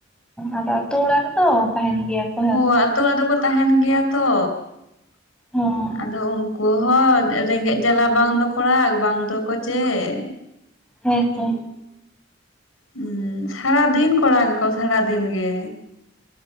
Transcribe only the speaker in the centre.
ᱟᱫᱚ ᱟᱛᱳ ᱚᱲᱟᱜ ᱨᱮᱫᱚ ᱛᱟᱦᱮᱱ ᱜᱮᱭᱟ ᱠᱚ ᱦᱮᱸ
ᱵᱟᱝ
ᱦᱚᱸ
ᱦᱮᱸᱥᱮ